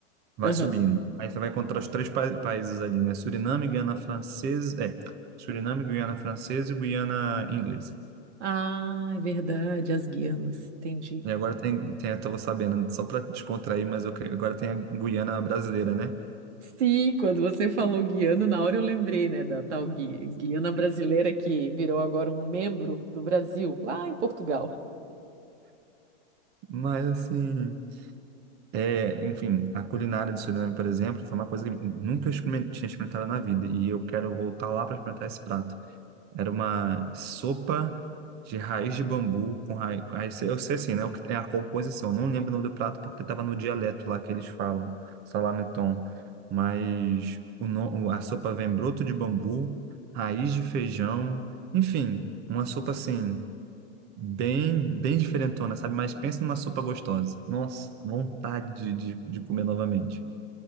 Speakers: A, on the right; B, on the right.
A: vai
B: aham.
A: subindo. Aí você vai encontrar os três pa- países ali, né? Suriname, Guiana Francesa, é, Suriname, Guiana Francesa e Guiana Inglesa.
B: Ah, é verdade, as Guianas, entendi.
A: E agora tem, tem, eu tava sabendo, só para descontrair, mas eu que- agora tem a Guiana brasileira, né?
B: Sim, quando você falou Guiana, na hora eu lembrei, né, da tal Gui- Guiana brasileira que virou agora um membro do Brasil, lá em Portugal.
A: Mas assim, é, enfim, a culinária do Suriname, por exemplo, foi uma coisa que eu nunca experiment, tinha experimentado na vida e eu quero voltar lá para experimentar esse prato. Era uma sopa de raiz de bambu com raiz. raiz- Eu sei assim, né? O que é a composição. Não lembro o nome do prato porque estava no dialeto lá que eles falam, salame-tom. Mas o, no- a sopa vem broto de bambu, raiz de feijão, enfim, uma sopa assim, bem, bem diferentona, sabe? Mas pensa numa sopa gostosa. Nossa, vontade de, de, de comer novamente.